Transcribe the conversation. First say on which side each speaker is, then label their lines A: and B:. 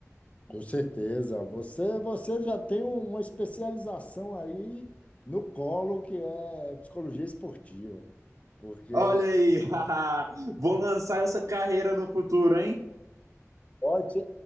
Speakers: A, on the left; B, on the right.
A: Com certeza. Você, você já tem um, uma especialização aí no colo, que é psicologia esportiva. Porque
B: Olha aí, <laughs> vou lançar essa carreira no futuro, hein?
A: bote,